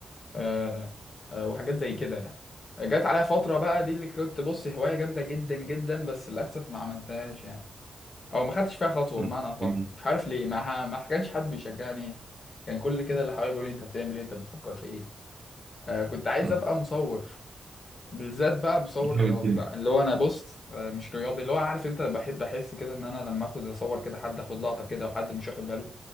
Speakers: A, on the left; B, on the right.
A: آه، آه، وحاجات زي كده يعني جت عليها فترة بقى دي اللي كنت بص هواية جامدة جدا جدا بس للأسف ما عملتهاش يعني أو ما خدتش فيها خطوة
B: مم.
A: بمعنى صح
B: جميل.
A: مش عارف ليه ما ح- ما كانش حد بيشجعني كان كل كده اللي حواليا بيقول لي أنت بتعمل إيه أنت بتفكر في إيه آه كنت عايز
B: مم.
A: أبقى مصور بالذات بقى مصور
B: جامد
A: رياضي
B: جدا.
A: بقى اللي هو أنا بص آه مش رياضي اللي هو عارف أنت بحب أحس كده إن أنا لما آخد أصور كده حد آخد لقطة كده وحد مش واخد باله